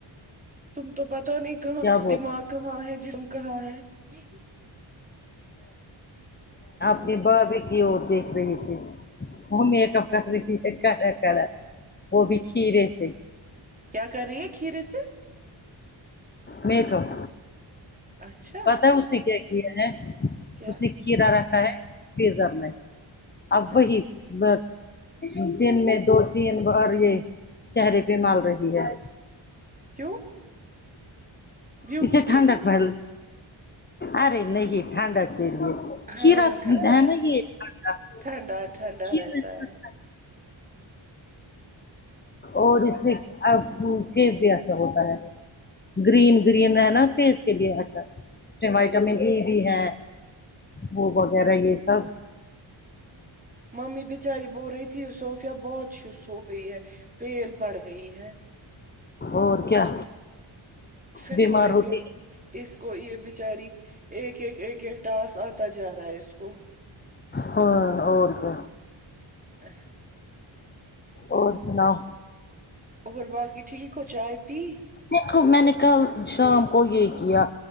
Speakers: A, on the right (about 15°); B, on the left (about 20°).
A: تم تو پتا نہیں کہاں
B: کیا بول
A: دماغ کہاں ہے جسم کہاں ہے یہ
B: اپنے بھابھی کی اور دیکھ رہی تھی وہ میک اپ کر رہی تھی کرا کرا وہ بھی کھیرے سے
A: کیا کر رہی ہیں کھیرے سے
B: میک اپ
A: اچھا
B: پتا ہے اس نے کیا کیا ہے
A: کیا
B: اس نے کھیرا رکھا ہے فیزر میں
A: اچھا
B: اب وہی بس دن میں دو تین بار یہ چہرے پہ مال رہی ہے
A: کیوں بیوٹی
B: اسے ٹھنڈک
A: کے لیے
B: مل ارے نہیں ٹھنڈک کے لیے
A: ہاں
B: <unintelligible>
A: ٹھنڈا ٹھنڈا رہتا ہے
B: اور اس سے اب بھوکے پیسے ہوتا ہے گرین گرین رہ نا فیز کے لیے اچھا ٹماٹر میں ای ڈی ہے وہ وغیرہ یہ سب
A: ممی بچاری بو رہی تھی صوفیا بہت شست ہو گئی ہے پیل پڑ گئی ہے
B: اور کیا
A: پھر
B: بیمار
A: بول رہی
B: ہوتی
A: تھی
B: ہے
A: اس کو یہ بچاری ایک ایک ایک ٹاسک آتا جا رہا ہے اس کو
B: ہاں اور تو
A: ہ
B: اور سناؤ
A: اور باقی ٹھیک ہو چائے پی
B: دیکھو میں نے کل شام کو یہ کیا